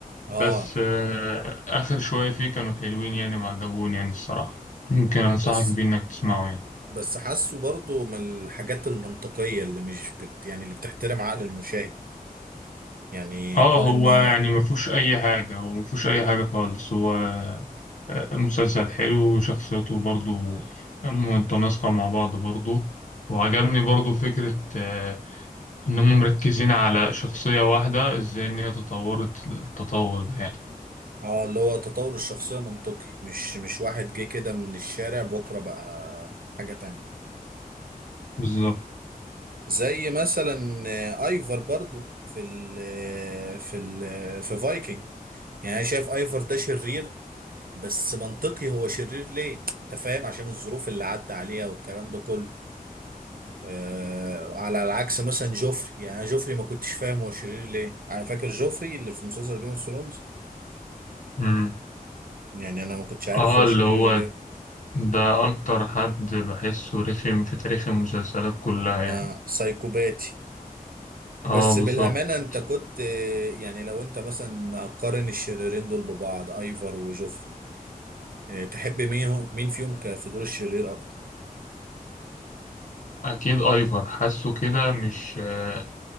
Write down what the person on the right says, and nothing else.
اه
بس
بس حاسه برضه من الحاجات المنطقية اللي مش بت يعني اللي بتحترم عقل المشاهد يعني
كون انه
اه اللي هو تطور الشخصية منطقي مش مش واحد جه كده من الشارع بكرة بقى حاجة تانية
زي مثلا آه، ايفر برضو في ال في ال في فايكنج يعني انا شايف ايفر ده شرير بس منطقي هو شرير ليه انت فاهم عشان الظروف اللي عدى عليها والكلام ده كله آه على العكس مثلا جوفري يعني أنا جوفري ما كنتش فاهم هو شرير ليه انا فاكر جوفري اللي في مسلسل جيم اوف ثرونز
يعني انا ما كنتش عارف
هو
شرير
ليه
آه
سايكوباتي بس
بالامانه انت كنت آه، يعني لو انت مثلا هتقارن الشريرين دول ببعض ايفر وجوفري آه تحب مين مين فيهم ك- في دور الشرير اكتر